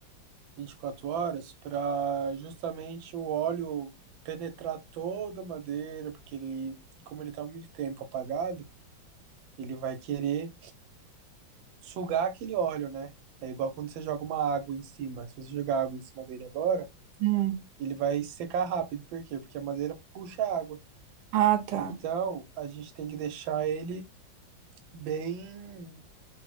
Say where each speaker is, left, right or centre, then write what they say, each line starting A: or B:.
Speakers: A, on the right (about 80°); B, on the right (about 65°).
A: 24 horas pra justamente o óleo penetrar toda a madeira, porque ele, como ele tá há muito tempo apagado, ele vai querer Sugar aquele óleo, né? É igual quando você joga uma água em cima. Se você jogar água em cima dele agora,
B: Hum.
A: ele vai secar rápido. Por quê? Porque a madeira puxa a água.
B: Ah, tá.
A: Então, a gente tem que deixar ele bem